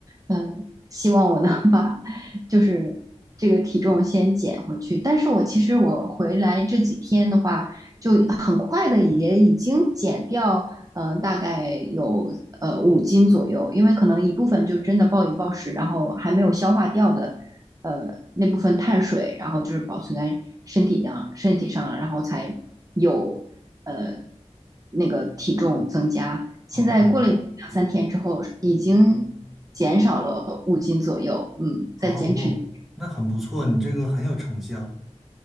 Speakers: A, on the right (about 30°); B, in the centre.
A: 嗯、希望我能 <laughs> 把就是这个体重先减回去，但是我其实我回来这几天的话。就很快的也已经减掉嗯，大概有呃五斤左右，因为可能一部分就真的暴饮暴食，然后还没有消化掉的，呃，那部分碳水，然后就是保存在身体上，身体上了，然后才有呃那个体重增加。
B: 哦，
A: 现在过了两三天之后，已经减少了五斤左右，嗯，在减脂。
B: 哦，我那很不错，你这个很有成效。